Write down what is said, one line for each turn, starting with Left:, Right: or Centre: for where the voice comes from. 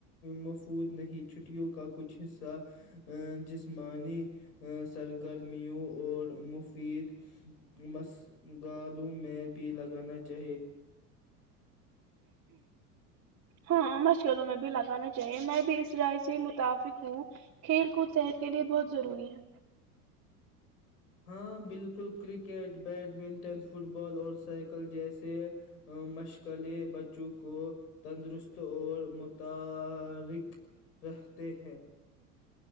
Left: مفود نہیں چھٹیوں کا کچھ حصہ جسمانی سرگرمیوں اور مفید مسگالوں میں بھی لگانا چاہے
Right: ہاں مشغلوں میں بھی لگانا چاہیے میں بھی اس رائے سے متفق ہوں کھیل کود صحت کے لیے بہت ضروری ہے
Left: ہاں بالکل کرکٹ بیڈمنٹن فٹ بال اور سائیکل جیسے مشغلیں بچوں کو تندرست اور متارق رہتے ہیں